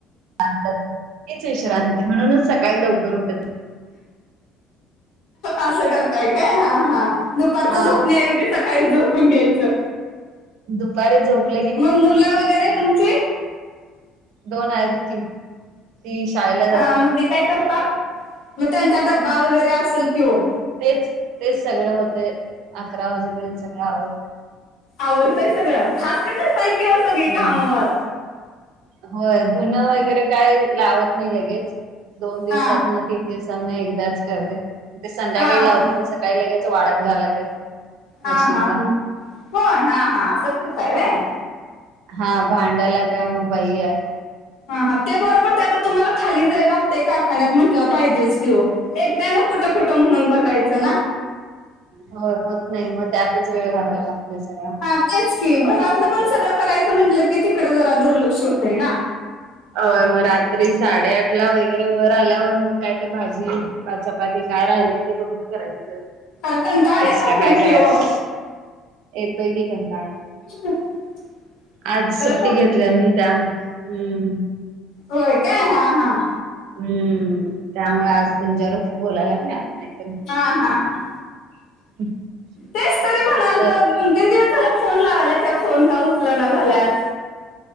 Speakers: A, on the right (about 80°); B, on the left (about 70°).
A: <unintelligible> हेच विश्रांती म्हणूनच सकाळी लवकर उठत
B: असं कर ताय का हा हा दुपारचं
A: हा
B: झोपण्याऐवजी सकाळी झोपून घ्यायचं.
A: दुपारी झोपले
B: मग मुलं वगैरे तुमची?
A: दोन आहेत की. ती शाळेला
B: हा
A: जातात
B: मग ते काय करतात? मग त्यांचा डब्बा वगैरे असेल की ओ.
A: तेच तेच सगळं होते अकरा वाजेपर्यंत सगळं आवं
B: आवरतय सगळं फास्ट करताय की हो सगळी
A: हम्म
B: काम मग.
A: होय धून वगैरे काय लावत नाही लगेच दोन दिवसात
B: हा
A: ना तीन दिवस तन एकदाच करते ते संध्याकाळी
B: हा
A: लावते
B: हा
A: मग सकाळी लगेच वाळत घालायला येते.
B: हा
A: मशीनला.
B: हा होय हा हा असं करताय व्हय.
A: हा भांड्याला काय मग बाई आय.
B: हा हा ते बरोबर ते आता तुम्हाला खाली जाय लागतय कारखान्यात म्हटलं पाहिजेच किं ओ एकट्यान कुठं कुठं म्हणून बघायचं ना.
A: हो होत नाही मग त्यातच वेळ घालायला लागतोय सगळा.
B: ह तेच की घरात पण सगळं करायचं म्हंटलं, की तिकड जरा दुर्लक्ष होतय ना.
A: अ मग रात्री साडेआठ ला वगैरे वर आल्यावर मग काय त भाजी पा चपाती काय राहिलय ते बघून करायचं.
B: खरं कंटाळा
A: एक्स्ट्रा
B: येत असेल
A: काय
B: कि
A: करायच
B: हो
A: येतोय की कंटाळा.
B: <inaudible>
A: आज सुट्टी
B: सांग
A: घेतल्या मी त्या हम्म.
B: होय का हां हां.
A: हम्म त्यामुळे आज तुमच्या बर बोलायला मिळालं नाही त
B: हा हा हां.
A: <unintelligible>
B: तेच तरी म्हणाल
A: तर
B: तो दोन तीन दिवस झाला फोन लावायला त्या फोन का उचल ना झाल्यात.